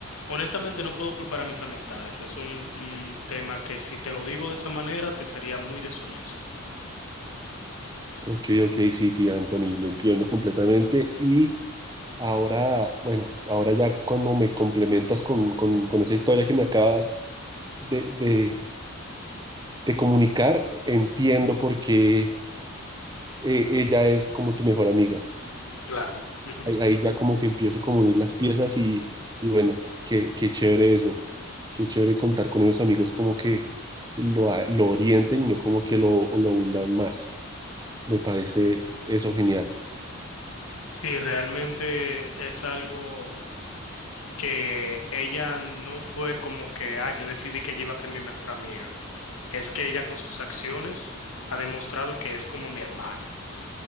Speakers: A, on the left; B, on the right.
A: honestamente no puedo culpar a mis amistades. Es un, un tema que si te lo digo de esa manera te sería muy deshonesto.
B: Ok, ok, sí, sí, Anthony, lo entiendo completamente. Y ahora, bueno, ahora ya cuando me complementas con, con- con esa historia que me acabas de, de- de comunicar, entiendo por qué eh, ella es como tu mejor amiga.
A: Claro. Ujú.
B: ahí, ahí ya como que empiezo como a unir las piezas y, y bueno, qué, qué chévere eso, qué chévere contar con esos amigos como que lo, a- lo orienten y no como que lo, lo hundan más. Me parece eso genial.
A: Sí, realmente es algo que ella no fue como que, ah, yo decidí que ella iba a ser mi mejor amiga. Es que ella con sus acciones ha demostrado que es como mi hermana.